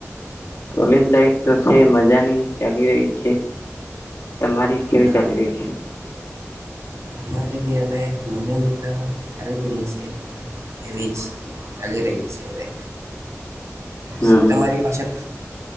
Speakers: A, on the left; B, on the right.
A: કોલેજ લાઈફ તો છે મજાની ચાલી રહી છે. તમારી કેવી
B: હા
A: ચાલી રહી છે.
B: અમારે બી હવે મજાનું તો ચ જ રહી છે. એવીજ ચાલી રહી છે હવે.
A: હમ
B: શું તમારી પાસેળ.